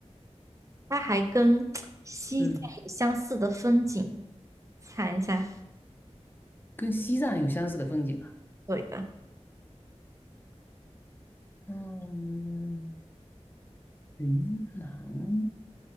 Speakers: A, on the right; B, on the left.
A: 它还跟西藏有相似的风景。
B: 嗯，
A: 猜一下，
B: 跟西藏有相似的风景啊。
A: 对的，
B: 嗯，云南，